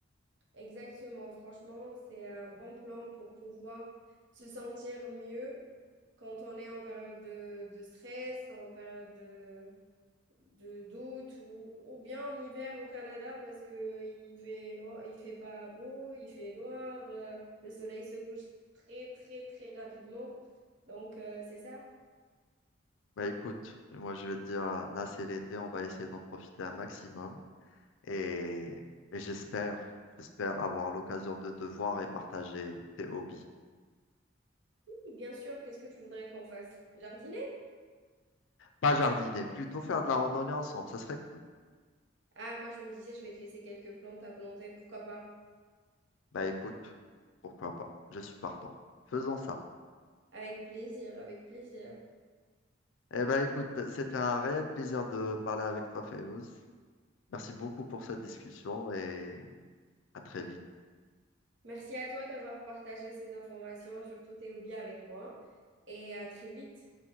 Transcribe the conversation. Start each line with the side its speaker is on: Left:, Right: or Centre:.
Right: Exactement. Franchement, c'est un bon plan pour pouvoir se sentir mieux quand on est en période de, de stress, en période de, de doute ou, ou bien en hiver au Canada parce que il fait noir, il fait pas beau, il fait noir, euh, le soleil se couche très, très, très rapidement. Donc, euh, c'est ça.
Left: Bah écoute, moi je vais te dire, là c'est l'été, on va essayer d'en profiter un maximum. et, et j'espère, j'espère avoir l'occasion de te voir et partager tes hobbies.
Right: Oui, Bien sûr, qu'est-ce que tu voudrais qu'on fasse? Jardiner?
Left: Pas jardiner, plutôt faire de la randonnée ensemble, ça serait cool.
Right: Ah, moi je me disais, je vais te laisser quelques plantes à planter, pourquoi pas?
Left: Bah écoute, pourquoi pas, je suis partant. Faisons ça.
Right: Avec plaisir, avec plaisir.
Left: Eh ben écoute, c'était un réel plaisir de parler avec toi, Félouz. Merci beaucoup pour cette discussion et à très vite.
Right: Merci à toi d'avoir partagé ces informations, surtout tes hobbies avec moi, et à très vite.